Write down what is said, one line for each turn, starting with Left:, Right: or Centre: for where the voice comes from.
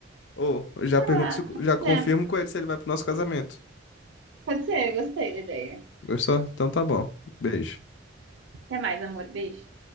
Left: Ou eu já
Right: Tá,
Left: pergunto, se-
Right: pode
Left: já confirmo
Right: ser.
Left: com ele se ele vai pro nosso casamento.
Right: Pode ser, eu gostei da ideia.
Left: Gostou? Então tá bom. Beijo.
Right: Até mais, amor. Beijo.